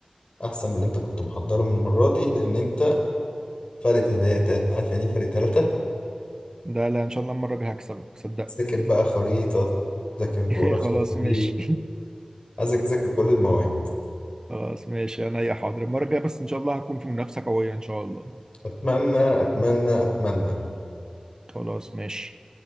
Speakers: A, on the left; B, on the right.
A: احسن من اللي انت كنت محضرهم المرة دي لان انت فرق تلاتة عارف يعني ايه فرق تلاتة؟
B: ده لا ان شاء الله المره الجايه هكسبك صدقني
A: ذاكر بقى خريطة ذاكر جغرافيا
B: <laughs> خلاص
A: وتاريخ
B: ماشي
A: عايزك تذاكر كل المواد
B: خلاص ماشي انا يا حاضر المره الجايه بس ان شاء الله هكون في منافسه قويه ان شاء الله
A: اتمنى اتمنى اتمنى
B: خلاص ماشي